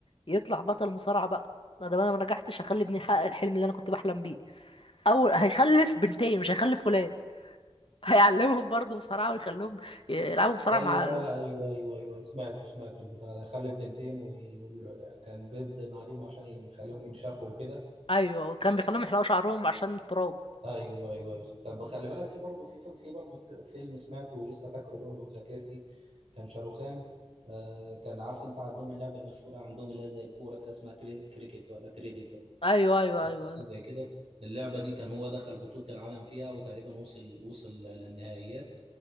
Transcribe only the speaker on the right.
ايوه
ايوه ايوه ايوه سمعته سمعته البتاع ده خلف بنتين وكان بيبدن عليهم عشان يخليهم ينشفوا وكده
ايوه ايوه ايوه. طب خلي بالك في برضه في في برضه في- فيلم سمعته ولسه فاكره برضه في ذاكرتي كان شاروخان آه كان عارف انت عندهم اللعبه المشهوره عندهم اللي هي زي الكوره كده اسمها كري- كريكت ولا كريديت
ولا
حاجة
زي كده اللعبة دي كان هو دخل بطولة العالم فيها وتقريبا وصل وصل للنهائيات